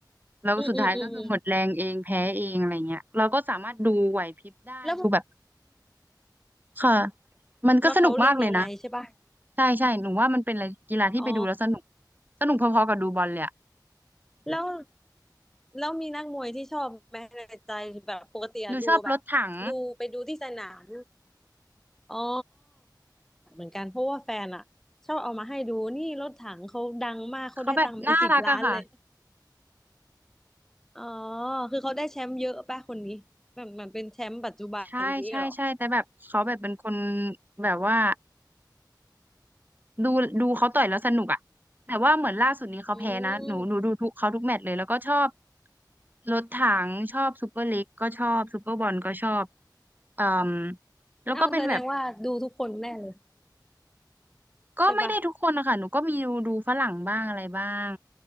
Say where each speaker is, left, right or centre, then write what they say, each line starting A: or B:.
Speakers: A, on the right (about 25°); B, in the centre.
A: แล้วก็สุดท้ายก็คือหมดแรงเองแพ้เองอะไรเงี้ยเราก็สามารถดูไหวพริบได้ดูแบบ
B: อืมอืมอืมอืมแล้ว
A: ค่ะมันก็สนุกมากเลยนะ
B: ว่าเขาเล่นยังไงใช่ป่ะ
A: ใช่ใช่หนูว่ามันเป็นอะไรกีฬาที่ไปดูแล้วสนุก
B: อ๋อ
A: สนุกพอๆกับดูบอลเลยอะ
B: แล้วแล้วมีนักมวยที่ชอบไหมในใจแบบปกติอะดูแบบดูไปดูที่สนาม
A: หนูชอบรถถัง
B: อ๋อเหมือนกันเพราะว่าแฟนอะชอบเอามาให้ดูนี่รถถังเขาดังมากเขาได้ตังค์เป็นสิบล้านเลย
A: เขาแบบน่ารักอะค่ะ
B: อ๋อคือเขาได้แชมป์เยอะป่ะคนนี้มันมันเป็นแชมป์ปัจจุบันนี้เหรอ
A: ใช่ใช่ใช่แต่แบบเขาแบบเป็นคนแบบว่าดูดูเขาต่อยแล้วสนุกอะแต่ว่าเหมือนล่าสุดนี้เขาแพ้นะหนูหนูดูทุกเขาทุกแมตช์เลยแล้วก็ชอบ
B: อืม
A: รถถังชอบซูเปอร์ลีกก็ชอบซูเปอร์บอลก็ชอบเอ่มแล้วก็เป็นแบบ
B: อ้าวแสดงว่าดูทุกคนแน่เลย
A: ก็ไม่ได้ทุกคนนะคะหนูก็มีดูดูฝรั่งบ้างอะไรบ้าง
B: ใช่ป่ะ